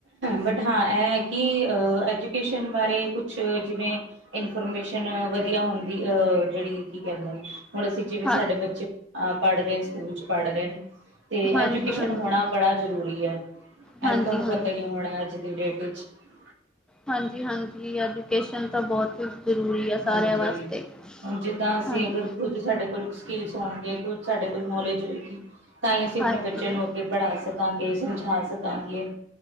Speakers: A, on the right (about 70°); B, in the centre.
A: ਬਟ ਹਾਂ ਇਅ ਐ ਕਿ ਐਜੂਕੇਸ਼ਨ ਬਾਰੇ ਕੁਛ ਜਿਵੇਂ ਇਨਫੋਰਮੇਸ਼ਨ ਵਧੀਆ ਹੁੰਦੀ ਅਹ ਜਿਹੜੀ ਕੀ ਕਹਿੰਦੇ ਨੇ ਹੁਣ ਅਸੀਂ ਜਿਵੇਂ
B: ਹਾਂ,
A: ਸਾਡੇ ਬੱਚੇ ਅ ਪੜ੍ਹ ਰਹੇ ਸਕੂਲ ਚ ਪੜ੍ਹ ਰਹੇ ਤੇ
B: ਹਾਂਜੀ-ਹਾਂਜੀ,
A: ਐਜੂਕੇ ਕੇਸ਼ਨ ਹੋਣਾ ਬੜਾ ਜਰੂਰੀ ਐ,
B: ਹਾਂਜੀ-ਹਾਂਜੀ।
A: ਇਹਜ ਤੁਹਾਨੂੰ ਪਤਾ ਈ ਹੋਣਾ ਅੱਜ ਦੀ ਡੇਟ ਚ -
B: ਹਾਂਜੀ-ਹਾਂਜੀ ਐਜੂਕੇਸ਼ਨ ਤਾਂ ਬਹੁਤ ਜ਼ਰੂਰੀ ਆ
A: ਹਾਂਜੀ
B: ਸਾਰਿਆਂ ਵਾਸਤੇ।
A: ਹੁਣ ਜਿੱਦਾਂ ਅਸੀਂ
B: ਹਾਂਜੀ,
A: ਅਗਰ ਕੁੱਝ ਸਾਡੇ ਕੋਲ ਸਕਿੱਲਸ ਹੋਣਗੇ, ਕੁੱਝ ਸਾਡੇ ਕੋਲ ਨੋਲੇਜ ਹੋਏਗੀ, ਤਾਂ ਹੀ ਅਸੀਂ ਆਪਣੇ
B: ਹਾਂਜੀ।
A: ਬੱਚੇ ਨੂੰ ਅੱਗੇ ਪੜ੍ਹਾ ਸਕਾਂਗੇ, ਸਮਝਾ ਸਕਾਂਗੇ।